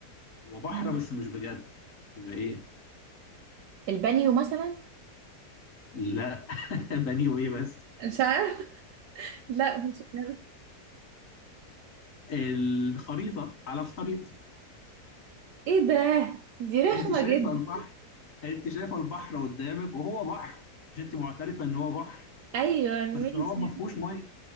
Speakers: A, on the left; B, on the right.
A: هو بحر
B: آه.
A: بس مش بجد يبقى إيه
B: البانيو مثلا
A: لا <laughs> بني وإيه بس
B: مش عارف <laughs> لا مش عارف
A: الخريطة على الخريطة
B: ايه ده دي رخمة
A: أنت شايفة
B: جدا
A: البحر أنت شايفة البحر قدامك وهو بحر مش أنت معترفة إن هو بحر
B: ايوه
A: بس
B: ماشي
A: هو ما فيهوش ميه